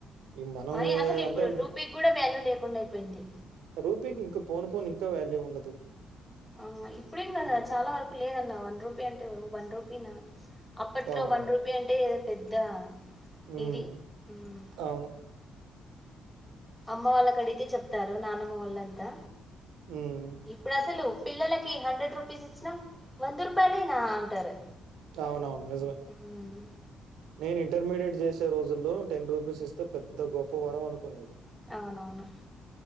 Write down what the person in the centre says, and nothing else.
మనీ అసలు ఇప్పుడు
రూపీకి కూడా వాల్యూ లేకుండా అయిపోయింది
ఆ ఇప్పుడేం కదా
చాలా వరకు లేదన్న వన్ రూపాయి అంటే వన్ రూపీ నా అప్పట్లో
వన్ రూపీ అంటే ఏదో పెద్ద
ఇది ఉమ్
అమ్మ వాళ్ళకు అడిగి చెప్తారు నానమ్మ వాళ్ళంతా
ఇప్పుడు అసలు పిల్లలకి హండ్రెడ్ రూపీస్ ఇచ్చినా వంద రూపాలేనా అంటారు
హ్మ్.
అవునవును.